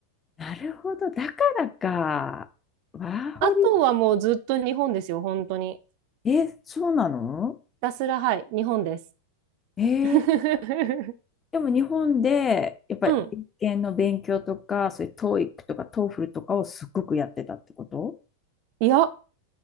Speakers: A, on the left (about 20°); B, on the right (about 45°).
A: なるほど、だからか。ワーホリ。
B: あとはもうずっと日本ですよ、本当に。ひ
A: え、そうなの
B: たすら、はい、日本です。
A: えー
B: <laughs>
A: でも日本でやっぱり英検の勉強とか、
B: うん。
A: そういう TOEIC とか TOEFL とかをすっごくやってたってこと
B: いや、